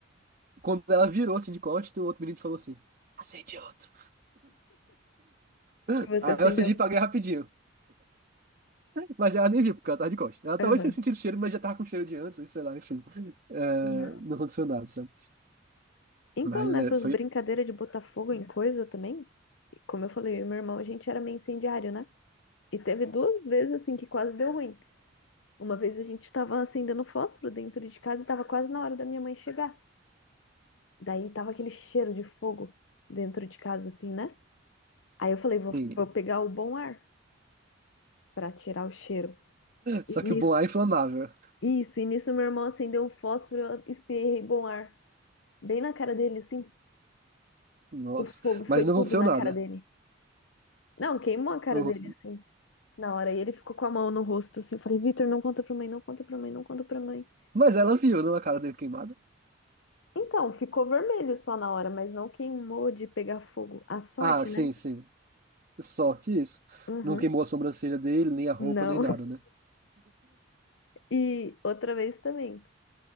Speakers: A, on the right; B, on the left.
A: quando ela virou assim de costas, o outro menino falou assim: acende outro. <laughs>
B: E você
A: Aí
B: acendeu.
A: eu acendi e paguei rapidinho. Mas ela nem viu, porque ela tava de costas. Ela talvez
B: Aham.
A: tenha sentido o cheiro, mas já tava com cheiro de antes, sei lá, enfim. É,
B: Sim.
A: não aconteceu nada, sabe?
B: Então,
A: Mas
B: nessas
A: é, foi.
B: brincadeiras de botar fogo em coisa também, como eu falei, eu e meu irmão, a gente era meio incendiário, né? E teve duas vezes assim que quase deu ruim. Uma vez a gente tava acendendo fósforo dentro de casa e tava quase na hora da minha mãe chegar. Daí tava aquele cheiro de fogo dentro de casa, assim, né? Aí eu falei, vou,
A: sim.
B: vou pegar o bom ar pra tirar o cheiro.
A: Só
B: E nisso,
A: que o Boá é inflamável.
B: isso, e nisso meu irmão acendeu um fósforo, eu espirrei bom ar. Bem na cara dele, assim.
A: Nossa.
B: O fogo foi
A: Mas não
B: tudo
A: aconteceu
B: na
A: nada.
B: cara dele. Não, queimou a cara
A: Eu-
B: dele, assim, na hora. E ele ficou com a mão no rosto, assim. Eu falei, Vitor, não conta pra mãe, não conta pra mãe, não conta pra mãe.
A: Mas ela viu, não, a cara dele queimada.
B: Então, ficou vermelho só na hora, mas não queimou de pegar fogo. A sorte,
A: Ah, sim,
B: né?
A: sim. Sorte isso.
B: Uhum.
A: Não queimou a sobrancelha dele, nem a roupa,
B: Não.
A: nem nada,
B: <laughs>
A: né?
B: E outra vez também.